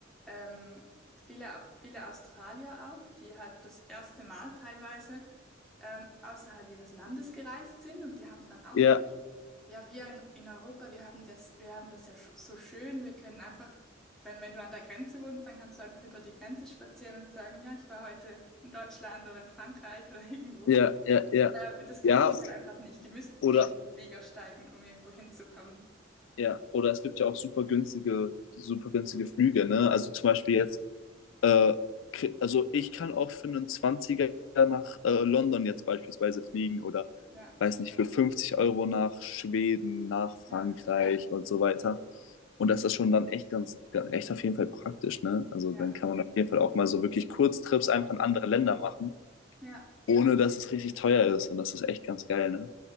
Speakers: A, in the centre; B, on the left.
A: ähm, viele, viele Australier auch, die halt das erste Mal teilweise ähm, außerhalb ihres Landes gereist sind und die haben dann auch
B: Ja,
A: gesagt, ja, wir in, in Europa, wir haben das, wir haben das ja sch so schön, wir können einfach, wenn, wenn du an der Grenze wohnst, dann kannst du einfach über die Grenze spazieren und sagen, ja, ich war heute in Deutschland oder in Frankreich oder <laughs> irgendwo.
B: ja, ja, ja.
A: Äh, und das können
B: Ja,
A: die halt einfach nicht. Die müssen
B: oder
A: in den Flieger steigen, um irgendwo hinzukommen.
B: ja, oder es gibt ja auch super günstige, super günstige Flüge, ne? Also zum Beispiel jetzt Äh, kri- also ich kann auch für einen Zwanziger nach äh, London jetzt beispielsweise fliegen oder
A: Ja,
B: weiß nicht, für 50 Euro nach Schweden, nach Frankreich
A: ja,
B: und so weiter. Und das ist schon dann echt ganz, ganz- echt auf jeden Fall praktisch, ne? Also
A: ja,
B: dann kann man auf jeden Fall auch mal so wirklich Kurztrips einfach in andere Länder machen,
A: ja.
B: ohne dass es richtig teuer ist. Und das ist echt ganz geil, ne?